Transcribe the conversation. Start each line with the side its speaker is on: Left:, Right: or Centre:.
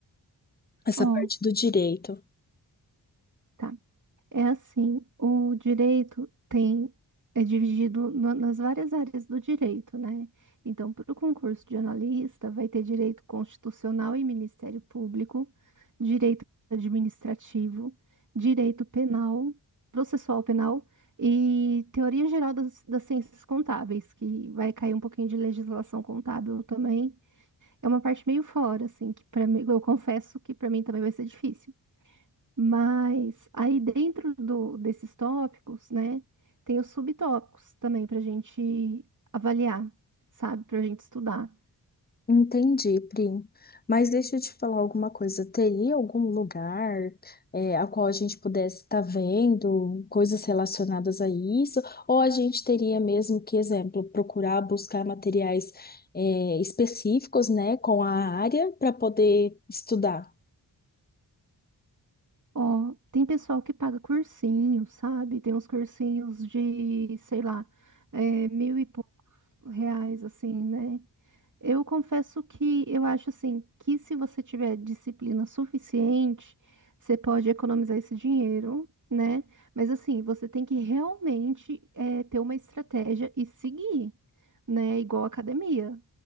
Left: essa
Right: Ó,
Left: parte do direito.
Right: tá. É assim, o direito tem é dividido na- nas várias áreas do direito, né? Então, para o concurso de analista, vai ter direito constitucional e Ministério Público, direito administrativo, direito penal, processual penal e teoria geral das, das ciências contábeis, que vai cair um pouquinho de legislação contábil também. É uma parte meio fora, assim, que para mim, eu confesso que para mim também vai ser difícil. Mas aí dentro do- desses tópicos, né, tem os subtópicos também para a gente avaliar, sabe, para a gente estudar.
Left: Entendi, Pri. Mas deixa eu te falar alguma coisa. Teria algum lugar, eh, a qual a gente pudesse estar vendo coisas relacionadas a isso? Ou a gente teria mesmo que, exemplo, procurar buscar materiais, eh, específicos, né, com a área para poder estudar?
Right: Ó, tem pessoal que paga cursinho, sabe? Tem uns cursinhos de, sei lá, é, mil e poucos reais, assim, né? Eu confesso que eu acho assim que se você tiver disciplina suficiente, você pode economizar esse dinheiro, né? Mas assim, você tem que realmente eh, ter uma estratégia e seguir, né? Igual a academia.